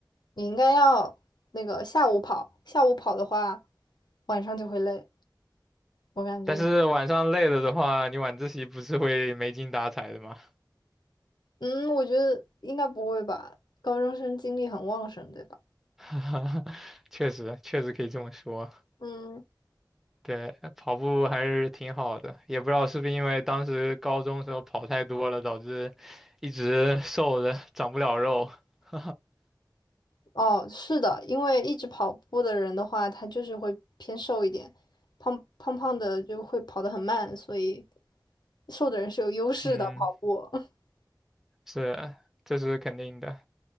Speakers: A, on the left; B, in the centre.
A: 你应该要那个下午跑，下午跑的话，晚上就会累，我感觉。
B: 但是晚上累了的话，你晚自习不是会没精打采的吗？
A: 嗯，我觉得应该不会吧，高中生精力很旺盛，对吧？
B: <laughs> 确实，确实可以这么说。
A: 嗯，
B: 对，跑步还是挺好的，也不知道是不是因为当时高中时候跑太多了，导致一直瘦着长不了肉。<laughs>
A: 哦，是的，因为一直跑步的人的话，他就是会偏瘦一点，胖胖胖的就会跑得很慢，所以瘦的人是有优势的跑步。
B: 嗯，
A: <laughs>
B: 是，这是肯定的。